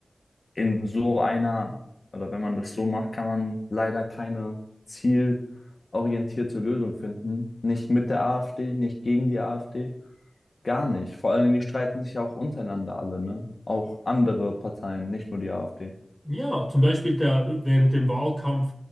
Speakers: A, on the left; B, in the centre.
A: in so einer, oder wenn man das so macht, kann man leider keine zielorientierte Lösung finden. Nicht mit der AfD, nicht gegen die AfD, gar nicht. Vor allen Dingen, die streiten sich ja auch untereinander alle, ne? Auch andere Parteien, nicht nur die AfD.
B: Ja, zum Beispiel der, während dem Wahlkampf